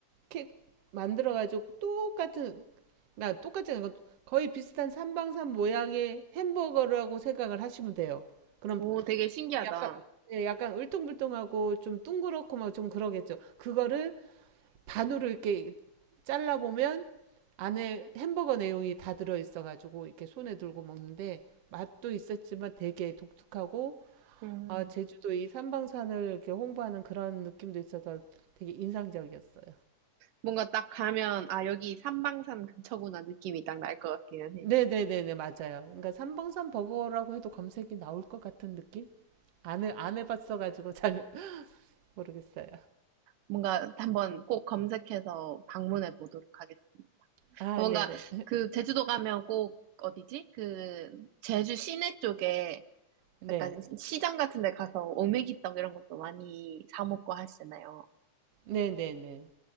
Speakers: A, on the right (about 60°); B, on the right (about 85°).
A: 이렇게 만들어가지고 똑같은, 그러니까 똑같은 거 거의 비슷한 삼방산 모양의 햄버거라고 생각을 하시면 돼요. 그럼
B: 오, 되게 신기하다.
A: 약간, 예, 약간 울퉁불퉁하고 좀 둥그렇고 막 좀 그러겠죠. 그거를 반으로 이렇게 잘라보면 안에 햄버거 내용이 다 들어있어가지고 이렇게 손에 들고 먹는데 맛도 있었지만 되게 독특하고
B: 음...
A: 아, 제주도 이 삼방산을 이렇게 홍보하는 그런 느낌도 있어서 되게 인상적이었어요.
B: 뭔가 딱 가면, 아, 여기 삼방산 근처구나 느낌이 딱 날 것 같기는 해.
A: 네네네네 맞아요. 그러니까 삼방산 버거라고 해도 검색이 나올 것 같은 느낌? 안 해, 안 해봤어가지고 잘 <laughs> 모르겠어요.
B: 뭔가 한번 꼭 검색해서 방문해 보도록 하겠습니다.
A: 아
B: 어, 뭔가
A: 네네
B: 그 제주도 가면 꼭 어디지? 그 제주 시내 쪽에
A: 네
B: 약간 시장 같은 데 가서 오메기떡 이런 것도 많이 사 먹고 하시잖아요.
A: 네네네